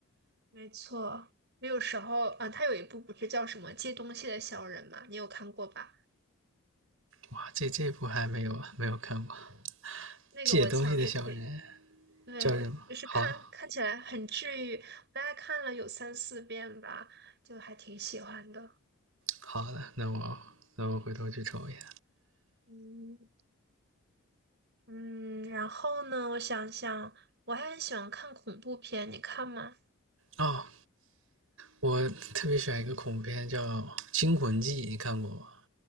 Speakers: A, on the right; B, on the right.
A: 没错，我有时候啊，他有一部不是叫什么《借东西的小人》吗？你有看过吧？
B: 哇，这这部还没有没有看过，
A: 那个我强烈推
B: 《借东西的小人》
A: 对，
B: 叫什么？
A: 我就是看看起来很治愈，
B: 好
A: 我大概看了有三四遍吧，就还挺喜欢的。
B: 好的，那我那我回头去瞅一眼。
A: 嗯嗯，然后呢，我想想，我还很喜欢看恐怖片，你看吗？
B: 哦，我特别喜欢一个恐怖片叫《惊魂记》，你看过吗？